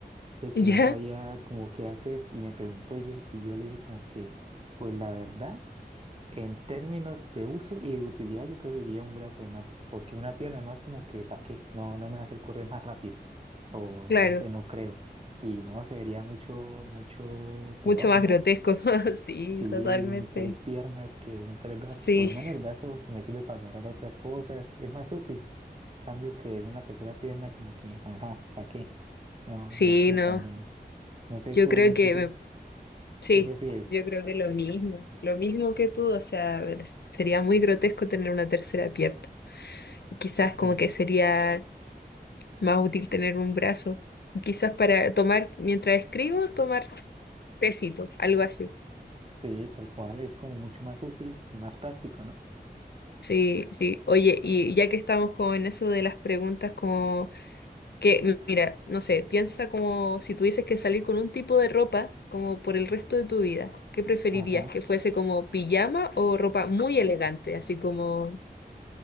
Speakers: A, on the right (about 35°); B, on the left (about 75°).
A: Entonces
B: <laughs> ¿Ya?
A: que no sabía como qué hacer y me preguntó y yo y yo le dije como que, pues la verdad. En términos de uso y de utilidad, yo preferiría un brazo de más, porque una pierna de más como que, ¿para qué? No, no me va a hacer correr más rápido, o
B: Claro.
A: no sé, no creo. Y no, sería mucho, mucho peor,
B: Mucho más
A: ¿no?
B: grotesco. <laughs> Sí,
A: Sí,
B: totalmente.
A: un tres piernas que un tres brazos,
B: Sí,
A: por lo menos el brazo me sirve para agarrar otras cosas, es más útil. Cambio que una tercera pierna como que, ajá, ¿para qué? No,
B: sí,
A: no es como
B: no.
A: tan bueno. No sé,
B: Yo
A: ¿tú,
B: creo que
A: tú qué,
B: me- sí,
A: qué prefieres?
B: yo creo que lo mismo, lo mismo que tú, o sea, sería muy grotesco tener una tercera pierna. Quizás
A: <laughs>
B: como que sería más útil tener un brazo. Quizás para tomar, mientras escribo, tomar tecito, algo así.
A: Sí, tal cual, es como mucho más útil y más práctico, ¿no?
B: Sí, sí. Oye, y ya que estamos como en eso de las preguntas como que, mira, no sé, piensa como si tuvieses que salir con un tipo de ropa como por el resto de tu vida. ¿Qué preferirías?
A: Ajá.
B: ¿Que fuese como pijama o ropa muy elegante? Así como...